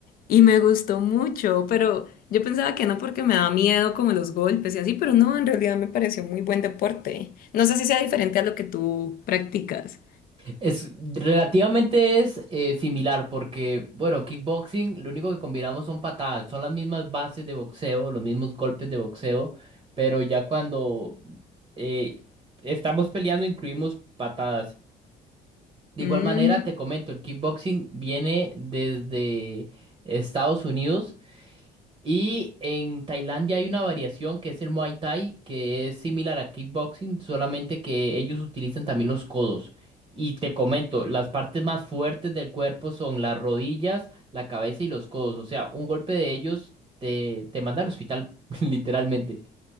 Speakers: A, on the left; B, on the right.
A: y me gustó mucho, pero yo pensaba que no porque me da miedo como los golpes y así, pero no, en realidad me pareció muy buen deporte. No sé si sea diferente a lo que tú practicas.
B: Es relativamente es eh, similar porque, bueno, kickboxing, lo único que combinamos son patadas, son las mismas bases de boxeo, los mismos golpes de boxeo, pero ya cuando eh, estamos peleando incluimos patadas. De
A: Mm.
B: igual manera, te comento, el kickboxing viene desde Estados Unidos y en Tailandia hay una variación que es el Muay Thai, que es similar a kickboxing, solamente que ellos utilizan también los codos. Y te comento, las partes más fuertes del cuerpo son las rodillas, la cabeza y los codos. O sea, un golpe de ellos te, te manda al hospital, <laughs> literalmente.